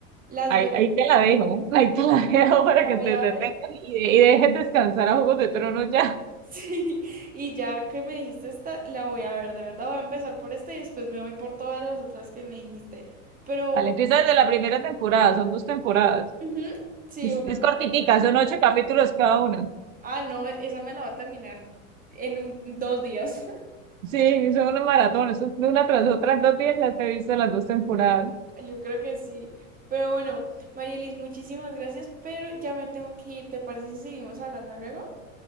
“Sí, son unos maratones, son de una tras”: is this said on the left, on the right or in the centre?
Right